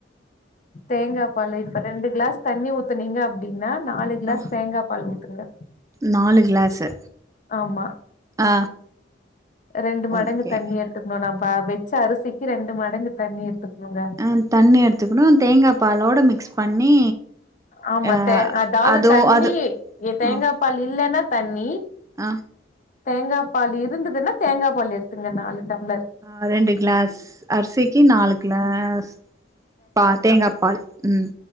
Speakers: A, on the left; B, on the right.
A: தேங்கா பால்லு இப்ப ரெண்டு கிளாஸ் தண்ணி ஊத்துன்னிங்க அப்டின்னா நாலு கிளாஸ்
B: ஆ
A: தேங்கா பால் ஊத்துங்க
B: நாலு கிளாஸு
A: ஆமா
B: ஆ
A: ரெண்டு மடங்கு
B: ஓகே
A: தண்ணி எடுத்துக்கணு நம்ப வெச்ச அரிசிக்கு ரெண்டு மடங்கு தண்ணி எடுத்துக்கணுங்க
B: அ தண்ணி எடுத்துக்கணு அந்த தேங்கா பாலோட மிக்ஸ் பண்ணி
A: ஆமா
B: ஆ
A: தே அதாவது
B: அதோ
A: தண்ணி
B: அது
A: தேங்கா
B: ம்
A: பால் இல்லனா தண்ணி
B: ஆ
A: தேங்கா பால் இருந்துன்னா தேங்கா பால் எடுத்துங்க நாலு டம்ளர்
B: அ ரெண்டு கிளாஸ் அர் அரிசிக்கு நாலு கிளாஸ் பா தேங்கா பால் ம்